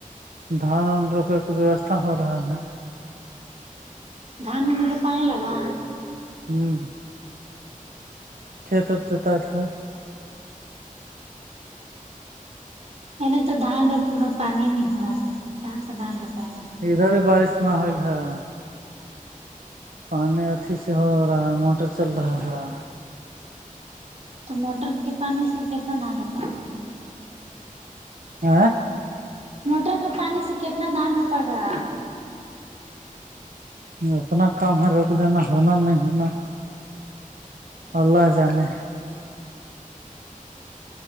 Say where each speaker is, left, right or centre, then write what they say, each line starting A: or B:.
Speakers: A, on the right; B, on the right.
A: دھان و رپے کا ویوستھا ہو رہا ہے
B: دان منے تو پانی لگا
A: ہمم کھیت اب جتا تھا
B: نہیں تو دھان روپے میں پانی نہیں ہوا ہے کہاں سے دھان ڈوپائے گا
A: ادھر بھی بارش ماحول ہے پانی اچھی سے ہو رہا ہے موٹر چل رہا ہے
B: تو موٹر کے پانی سے کتنا دہان رپائے گا
A: آ
B: موٹر کے پانی سے کتنا دھان روپ گا
A: اپنا کام ہے روک دینا ہونا نہیں ہونا اللہ جانے